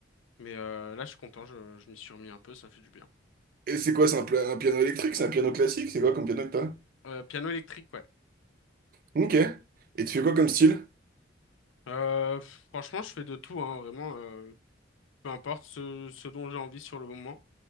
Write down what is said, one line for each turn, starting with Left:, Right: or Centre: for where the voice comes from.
Left: Mais euh, là, je suis content, je, je m'y suis remis un peu, ça fait du bien.
Right: Et c'est quoi, c'est un, pla- un piano électrique? C'est un piano classique? C'est quoi comme piano que t'as?
Left: Euh, piano électrique, ouais.
Right: Ok. Et tu fais quoi comme style?
Left: Euh, franchement, je fais de tout, hein, vraiment. euh, peu importe ce, ce dont j'ai envie sur le moment.